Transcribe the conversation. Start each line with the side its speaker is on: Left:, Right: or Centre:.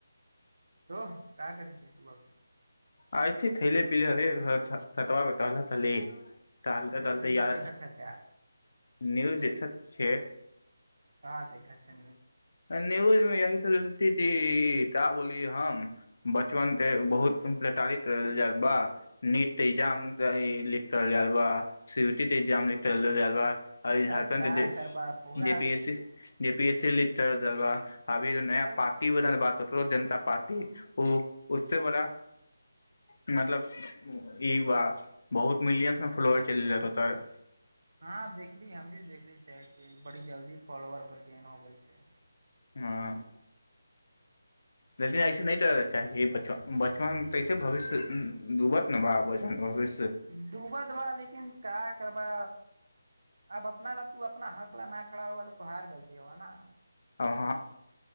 Right: तो क करै छी तू ब
Left: आइ छी खाइले पियल छतबा पे टहलत रही चलत
Right: न्यूज
Left: चलते
Right: व्यूज
Left: य
Right: नहि देखै छै क्या
Left: न्यूज दतत छ
Right: का देखा छै
Left: नियुज मे यही सरस्वती जी ता बोली हम बचपन ते बहुत प्रताड़ित रहल जाय बा नीट एग्जाम लिख जा बा स एग्जाम लिख जा बा आर झारखंड
Right: अरे का करबा पूरा
Left: ज P S C J P S L दलव अभी नय
Right: अरे
Left: पार्टी बनल बा ककरोच जनता पार्टी ओ उस बड़ा मतलब ई बहुत मिलियन्स मे फलोर चल
Right: हँ देखली हमह देखली छै कि बड़ी जल्दी फॉलोवर ओकर गेन हो गेल छै
Left: हँ लेकिन ऐसे नहि कर चाही बचपन तऐसे भविष्य ूबत ने ब बच भिष्य
Right: डूब देबा लेकिन क करबा अब अपना ल तू अपना हक ल नहिा खड़ा हुा तऽ त हार गलती हुा ने
Left: आहाँ